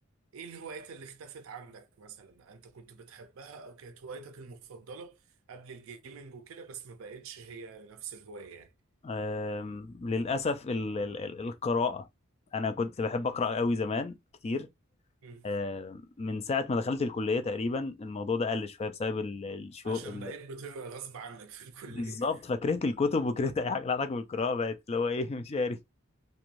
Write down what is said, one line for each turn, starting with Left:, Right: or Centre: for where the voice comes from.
Right: ايه الهوايات اللي اختفت عندك مثلا انت كنت بتحبها او كانت هوايتك المفضلة قبل الجيمنج وكده بس ما بقتش هي نفس الهواية يعني
Left: أم، للأسف ال- ال- ال- القراءة أنا كنت بحب أقرأ قوي زمان كتير
Right: مم،
Left: أم، من ساعة ما دخلت الكلية تقريبا الموضوع ده قل شوية بسبب ال- الشو
Right: عشان
Left: ال-
Right: بقيت بتبقى غصب عنك في الكلية
Left: بالظبط فكرهت الكتب وكرهت
Right: مم.
Left: أي حاجة لها علاقة بالقراءة بقت اللي هو إيه <laughs> مش قاري